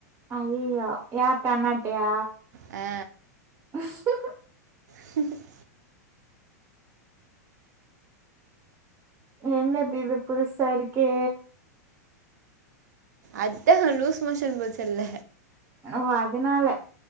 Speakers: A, on the right (about 25°); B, on the right (about 80°).
A: ஐயையோ யார்ட்ட அண்ணாட்டயா
B: ஆ
A: ஹூ ஹூம்
B: <inaudible>
A: என்னது இது புதுசா இருக்கே
B: அதா லூஸ் மோஷன் போச்சுல்ல
A: ஓ அதுனால